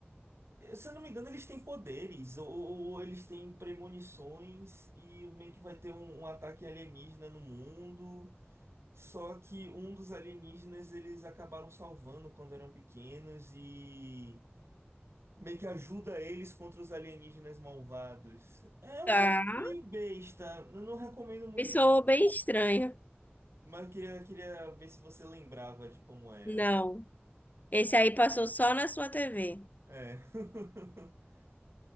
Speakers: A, on the right; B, on the left.
A: eh, Se eu não me engano, eles têm poderes ou, ou eles têm premonições e o meio que vai ter um, um ataque alienígena no mundo. Só que um dos alienígenas eles acabaram salvando quando eram pequenos e. Meio que ajuda eles contra os alienígenas malvados. É
B: Tá.
A: um filme meio besta. Eu não recomendo muito,
B: E soou
A: não.
B: bem estranho.
A: Mas eu queria, queria ver se você lembrava de como era.
B: Não. Esse aí passou só na sua TV.
A: É. <laughs>